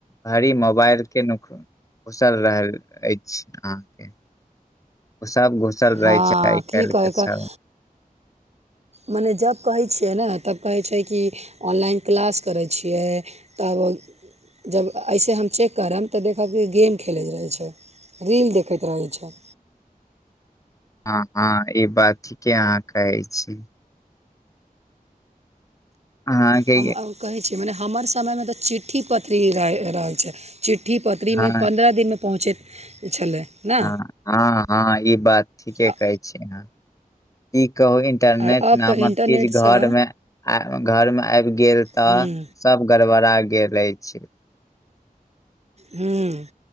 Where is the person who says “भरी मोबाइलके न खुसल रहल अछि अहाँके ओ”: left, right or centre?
Left